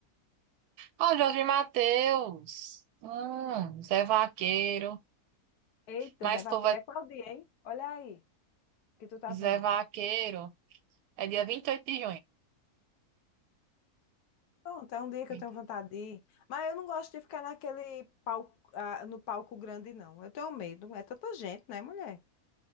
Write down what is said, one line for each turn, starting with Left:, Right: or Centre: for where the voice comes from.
Right: Ó, Jorge Mateus. Hum, Zé Vaqueiro.
Left: Eita,
Right: Mas
Left: Zé
Right: povo
Left: Vaqueiro,
Right: é
Left: é qual dia, hein? Olha aí, que tu tá vendo.
Right: Zé Vaqueiro. É dia 28 de
Left: Pronto, é um dia que
Right: junho.
Left: eu tenho vontade de ir. Mas eu não gosto de ficar naquele palco, ah, no palco grande, não. Eu tenho medo. É tanta gente, né, mulher?